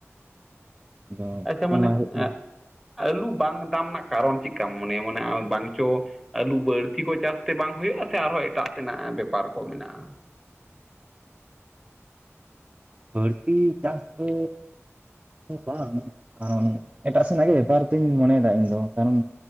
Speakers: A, on the right (about 25°); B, in the centre.
A: ᱟᱫᱚ
B: ᱟᱪᱪᱷᱟ ᱢᱟᱱᱮ
A: ᱚᱱᱟ ᱦᱩᱭᱩᱜ ᱠᱟᱱᱟ
B: ᱮᱸᱜ ᱟᱹᱞᱩ ᱵᱟᱝ ᱫᱟᱢ ᱨᱮᱱᱟᱜ ᱠᱟᱨᱚᱱ ᱪᱮᱫ ᱠᱟᱢ ᱢᱚᱱᱮᱭᱟ ᱢᱟᱱᱮ ᱵᱟᱝ ᱪᱚ, ᱟᱹᱞᱩ ᱵᱟᱹᱲᱛᱤ ᱠᱚ ᱪᱟᱹᱟᱥᱛᱮ ᱵᱟᱝ ᱦᱩᱭᱩᱜᱼᱟ ᱥᱮ ᱟᱨᱦᱚᱸ ᱮᱴᱟᱜ ᱥᱮᱱᱟᱜ ᱵᱮᱯᱟᱨ ᱠᱚ ᱢᱮᱱᱟᱜᱼᱟ᱾
A: ᱵᱷᱟᱹᱲᱛᱤ ᱪᱟᱥ ᱫᱚ, ᱫᱚ ᱵᱟᱝ, ᱠᱟᱨᱚᱱ ᱮᱴᱟᱜ ᱥᱮᱱᱟᱜ ᱜᱮ ᱵᱮᱯᱟᱨ ᱫᱚᱧ ᱢᱚᱱᱮᱭᱮᱫᱟ ᱤᱧ ᱫᱚ ᱠᱟᱨᱚᱱ,